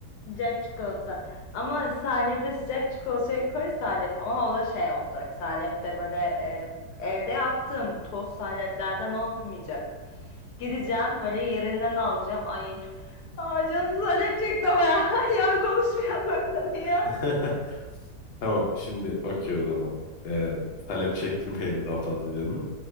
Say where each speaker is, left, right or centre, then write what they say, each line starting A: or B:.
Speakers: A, on the left; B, on the left.
A: Sıcak çikolata. Ama salepli sıcak çikolatayı koy salep. Ama o da şey olacak. Salep de böyle e, evde yaptığım toz saleplerden olmayacak. Gideceğim böyle yerinden alacağım. Ay çok... Aa, canım salep çekti ama ya. <laughs> Ya konuşmayalım böyle ya.
B: <laughs> Tamam şimdi okey o zaman. Ee, talep çektirmeyelim daha fazla canını.